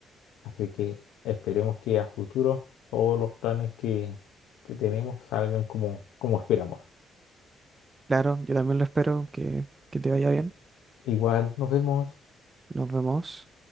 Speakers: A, on the left; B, on the right.
A: Así que esperemos que a futuro todos los planes que, que tenemos salgan como, como esperamos.
B: Claro, yo también lo espero que, que te vaya bien.
A: Igual nos vemos.
B: Nos vemos.